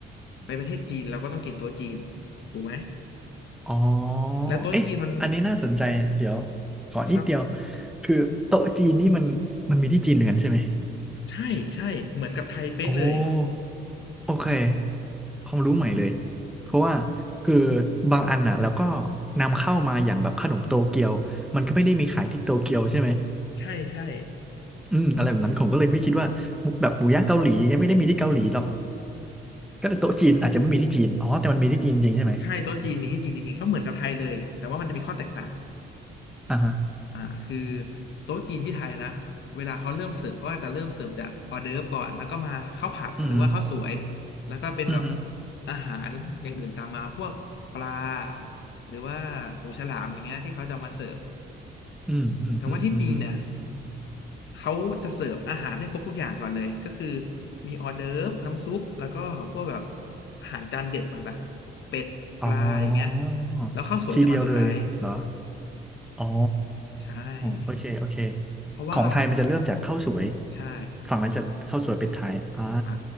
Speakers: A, on the left; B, in the centre.
A: ไปประเทศจีนเราก็ต้องกินโต๊ะจีนถูกไหม
B: อ๋อ
A: แล้วโต๊ะจีนมัน
B: เอ๊ะอันนี้น่าสนใจ เดี๋ยวขอนิดเดียว
A: ครับ
B: คือโต๊ะจีนนี่มันมันมีที่จีนเหมือนกันใช่ไหม
A: ใช่ใช่เหมือนกับไทยเป๊ะเลย
B: โอ้ โอเคความรู้ใหม่เลยเพราะว่าคือบางอันน่ะแล้วก็นำเข้ามาอย่างแบบขนมโตเกียวมันก็ไม่ได้มีขายที่โตเกียวใช่ไหม
A: ใช่ใช่
B: อืมอะไรแบบนั้นผมก็เลยไม่คิดว่ามุกแบบหมูย่างเกาหลียังไม่ได้มีที่เกาหลีหรอกก็แต่โต๊ะจีนอาจจะไม่มีที่จีนอ๋อแต่มันมีที่จีนจริงๆใช่ไหม
A: โต๊ะใช่โต๊ะจีนมีที่จีนจริงๆเขาเหมือนกับไทยเลยแต่ว่ามันจะมีข้อแตกต่าง
B: อ่าฮะ
A: อ่าคือโต๊ะจีนที่ไทยนะเวลาเขาเริ่มเสิร์ฟเขาก็จะเริ่มเสิร์ฟจากออเดิร์ฟก่อนแล้วก็มาข้าวผัดหรือว่าข้าวสวย
B: อืม
A: แล้วก็เป็นแบบ
B: อืมอื
A: อาหารอย่างอื่นตามมาพวกปลาหรือว่าหูฉลามอย่างเงี้ยที่เขาจะมาเสิร์ฟ
B: มอืมอืมอืมอืม
A: แต่ว่าที่จีนเนี่ยเขาจะเสิร์ฟอาหารให้ครบทุกอย่างก่อนเลยก็คือมีออเดิร์ฟน้ำซุปแล้วก็พวกแบบอาหารจานเด็ดต่างๆเป็ดปลาอย่างเงี้ย
B: อ๋อ
A: แล้วข้าวสวยจะมาสุดท้าย
B: ทีเดียวเลยเหรอ อ๋อ
A: ใช่
B: โอเคโอเค
A: เพราะว่า
B: ของไทยมันจะเริ่มจากข้าวสวย
A: ใช่
B: ฝั่งนั้นจะข้าวสวยเป็ดไทยอ่า
A: อ่า